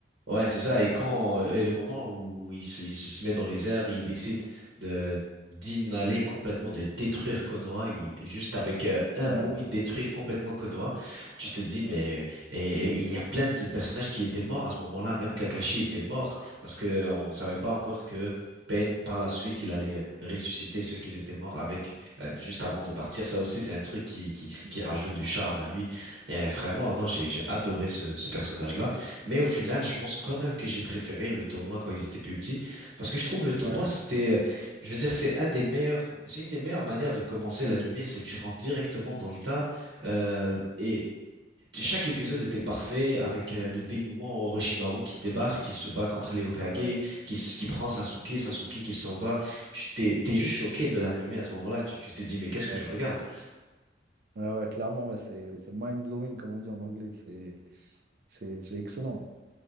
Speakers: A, on the right; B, on the right.
A: Ouais, c'est ça. Et quand euh, et le moment où il, se il se il se met dans les airs, il décide de d'inhaler complètement, de détruire Konoha. Il, juste avec euh, un
B: Ouais,
A: mot, il détruit complètement Konoha. Tu te dis, mais
B: ouais,
A: et, et il y a plein de personnages qui étaient morts à ce moment-là. Même Kakashi était mort parce que euh, on savait pas encore que Pain, par la suite, il allait euh, ressusciter ceux qui étaient morts avec euh, juste avant de partir. Ça aussi, c'est un truc qui, qui
B: mm,
A: qui rajoute du charme à lui. Et euh, vraiment, non, j'ai j'ai adoré ce ce personnage-là. Mais au final, je pense quand même que j'ai préféré le tournoi quand ils étaient plus petits, parce que je trouve le tournoi,
B: ouais,
A: c'était, euh, je veux dire, c'est un des meilleurs, c'est une des meilleures manières de commencer l'animé, c'est tu rentres directement dans le tas, euh,
B: mm,
A: et t- chaque épisode était parfait avec euh, le dénouement Orochimaru qui débarque,
B: mm,
A: qui se bat contre les Hokage,
B: ouais,
A: qui, s- qui prend Sasuke, Sasuke qui s'en va. Tu t'es, t'es juste choqué de l'animé à ce moment-là, tu, tu te dis mais qu'est-ce que
B: ouais.
A: je regarde?
B: Ouais, ouais, clairement, ouais, c'est, c'est mind-blowing, comme on dit en anglais, c'est, c'est, c'est excellent.